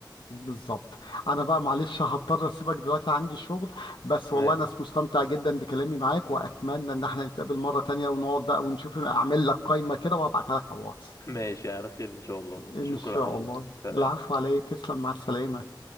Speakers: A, on the left (about 85°); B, on the left (about 45°).
A: بالظبط أنا بقى معلش هضطر أسيبك دلوقتي عندي شغل بس
B: تمام
A: والله أنا مستمتع جدا بكلامي معاك وأتمنى إن احنا نتقابل مرة تانية ونقعد بقى ونشوف أعمل لك قايمة كده وهبعتها لك على الواتس
B: <laughs> ماشي على خير ان شاء الله
A: إن
B: شكرا
A: شاء
B: لحضرتك
A: الله
B: سلام
A: العفو عليك تسلم مع السلامة